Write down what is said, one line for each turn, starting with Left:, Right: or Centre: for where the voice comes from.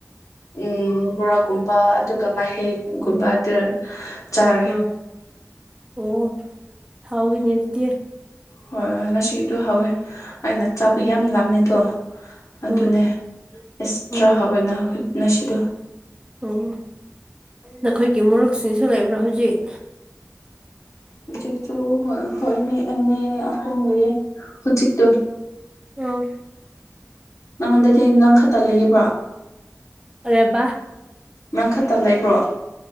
Left: ꯎꯝ ꯄꯨꯣꯔꯥꯒꯨꯝꯕ ꯑꯗꯨꯒ ꯃꯍꯩꯒꯨꯝꯕ ꯑꯗꯨ ꯆꯥꯔꯦ
Right: ꯑꯝ ꯑꯣ ꯊꯥꯎꯒꯤꯅꯦ ꯑꯗꯨꯗꯤ
Left: ꯍꯣꯏ ꯍꯣꯏ ꯉꯁꯤꯗꯣ ꯍꯧꯋꯦ ꯑꯩꯅ ꯆꯥꯄ
Right: ꯎꯝ
Left: ꯌꯥꯝ ꯂꯥꯝꯃꯦ ꯑꯗꯣ ꯑꯗꯨꯅꯦ
Right: ꯎꯝ
Left: ꯑꯦꯛꯁꯇ꯭ꯔꯥ
Right: ꯑꯣ
Left: ꯍꯥꯎꯋꯦꯅ ꯉꯁꯤꯗꯣ
Right: ꯑꯣ ꯅꯈꯣꯏꯒꯤ ꯃꯨꯔꯣꯛꯁꯤꯡꯁꯨ ꯂꯩꯕ꯭ꯔꯥ ꯍꯧꯖꯤꯛ
Left: ꯍꯧꯖꯤꯛꯇꯁꯨ ꯍ ꯍꯣꯏ ꯃꯤ ꯑꯅꯤ ꯑꯍꯣꯡ ꯂꯩꯌꯦ ꯍꯧꯖꯤꯛꯇꯣ
Right: ꯑꯣꯝ
Left: ꯅꯪꯉꯣꯟꯗꯗꯤ ꯌ ꯅꯪ ꯈꯛꯇ ꯂꯩꯌꯦꯕ
Right: ꯔꯦꯕ
Left: ꯅꯪꯈꯠꯇ ꯂꯩꯕ꯭ꯔꯣ